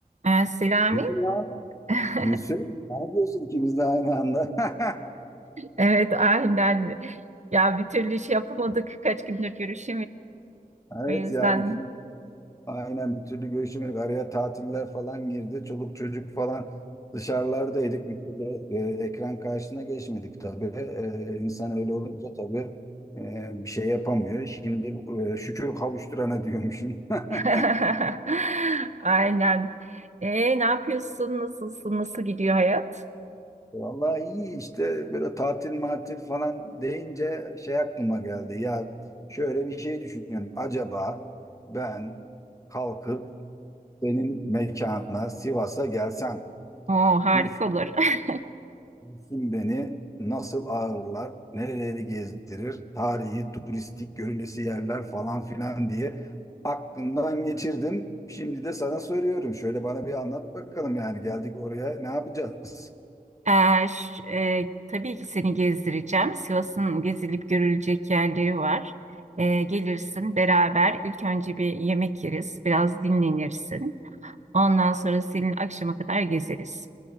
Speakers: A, on the right; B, on the left.
A: Ee, Selami.
B: Gülsün ya.
A: <laughs>
B: Gülsün. Ne yapıyorsun ikimiz de aynı anda? <laughs>
A: Evet aynen. Ya bir türlü iş yapamadık kaç gündür bir- o
B: Evet
A: yüzden.
B: ya bir gün aynen bir türlü görüşemedik. Araya tatiller falan girdi. Çoluk çocuk falan dışarılardaydık. Bir türlü e, ekran karşısına geçmedik tabii. E, insan öyle olunca tabii e, bir şey yapamıyor. Şimdi e, şükür kavuşturana diyormuşum. <laughs>
A: <laughs> Aynen. Ee, ne yapıyorsun? Nasılsın? Nasıl gidiyor hayat?
B: Vallahi iyi işte böyle tatil matil falan deyince şey aklıma geldi. Ya şöyle bir şey düşünüyorum. Acaba ben kalkıp senin mekana Sivas'a gelsem
A: Oo, harika
B: Güls-
A: olur. <laughs>
B: Gülsüm beni nasıl ağırlar, nereleri gezdirir, tarihi, turistik, görülesi yerler falan filan diye aklımdan geçirdim. Şimdi de sana soruyorum. Şöyle bana bir anlat bakalım yani geldik oraya ne yapacağız?
A: Ee, ş- e, tabii ki seni gezdireceğim. Sivas'ın gezilip görülecek yerleri var. Ee, gelirsin beraber. İlk önce bir yemek yeriz, biraz dinlenirsin. Ondan sonra senin akşama kadar gezeriz.